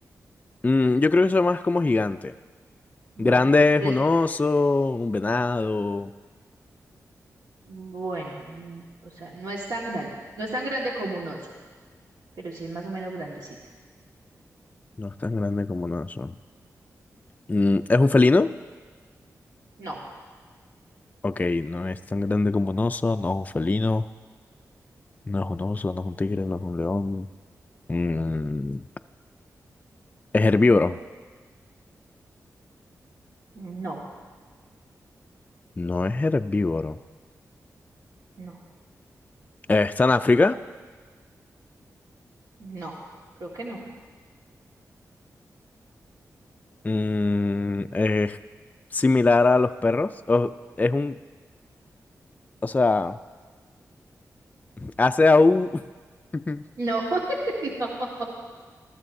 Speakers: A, on the left; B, on the right.
A: Mm, yo creo que eso es más
B: Eh,
A: como gigante.
B: Bueno,
A: Grande
B: gre-
A: es un oso, un venado.
B: bueno, mm, o sea, no es tan grande. No es tan grande como un oso, pero sí es más o menos grandecito.
A: No es tan grande como un oso. Mm, ¿es un felino?
B: No,
A: Ok, no es tan grande como un oso, no es un felino, no es un oso, no es un tigre, no es un león. Mm, ¿es herbívoro?
B: no,
A: No es herbívoro.
B: no,
A: ¿Está en África?
B: no. Creo que no.
A: Mm, ¿es similar a los perros? ¿O es un, o sea... Hace aú <laughs>
B: No, <laughs> no.